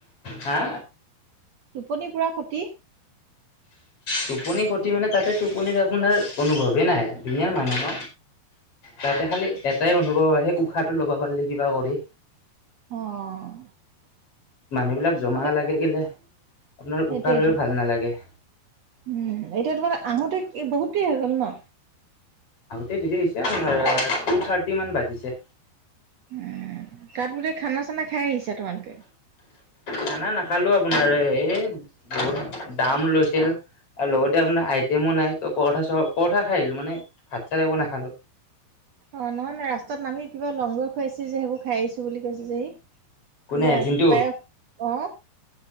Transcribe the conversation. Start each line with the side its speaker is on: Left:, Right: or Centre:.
Left: হা
Right: টোপনি পূৰা ক্ষতি
Left: টোপনি ক্ষতি মানে তাতে টোপনিত আপোনাৰ অনুভৱেই নাই ধুনীয়া মানুহ ন তাতে খালি এটাই অনুভৱ হয় সেই উশাহটো লগব পাৰিলে কিবা কৰি
Right: অ',
Left: মানুহবিলাক
Right: ই
Left: জমা
Right: বোলে
Left: লাগে গলে আপোনাৰ
Right: সেইটোয়েতো
Left: উশাহ লৈ ভাল নালাগে
Right: উম, এতিয়া তোমাৰ আহোতে বহুত দেৰি হৈ গ'ল ন
Left: আগোতে দিৰি দিছে আপোনাৰ টু থাৰ্টি মান বাজিছে
Right: উ তাত বোটে খানা চানা খাই আহিছা তোমালোকে
Left: খানা নাখালো আপোনাৰ এই বহুত দাম লৈছিল আৰু লগতে আপোনাৰ আইটেমো নাই ত পৰঠা পৰঠা খাই আহিলো মানে ভাত চাত একো নাখালো
Right: অ নহয় ন ৰাস্তাত নামি কিবা লংগৈ খুৱাইছি যে সেইবোৰ খাই আহিছো বুলি কৈছে যেহি কিবা
Left: কোনে জিনটো
Right: পায়স আহ